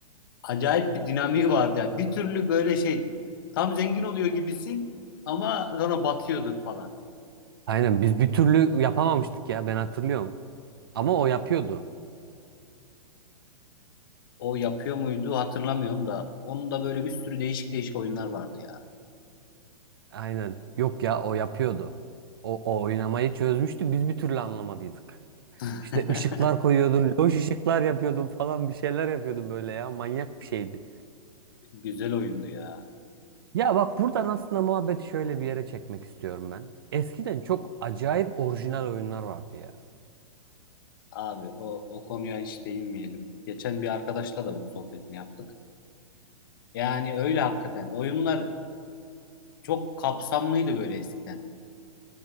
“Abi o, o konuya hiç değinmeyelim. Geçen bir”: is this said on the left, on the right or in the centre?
Left